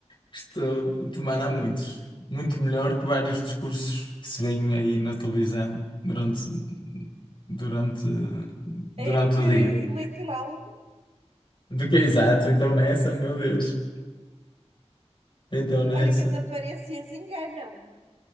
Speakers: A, on the left; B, on the right.
A: Estou a tomar há muitos. Muito melhor que vários discursos que se veem aí na televisão durante, durante, durante
B: A época
A: o dia.
B: eleitoral,
A: Do que é exato, então nessa, meu Deus. Então nessa.
B: olha que as aparências enganam.